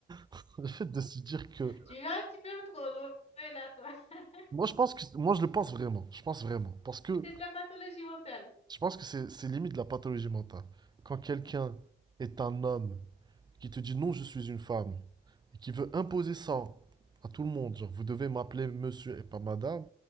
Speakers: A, on the right; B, on the left.
A: <laughs> Le fait de se dire que.
B: Tu vas un petit peu trop loin là, toi. <laughs>
A: Moi, je pense que. Moi, je le pense vraiment. Je pense vraiment. Parce que
B: C'est de la pathologie mentale.
A: je pense que c'est c'est limite de la pathologie mentale. Quand quelqu'un est un homme qui te dit non, je suis une femme, et qui veut imposer ça à tout le monde, genre, vous devez m'appeler monsieur et pas madame,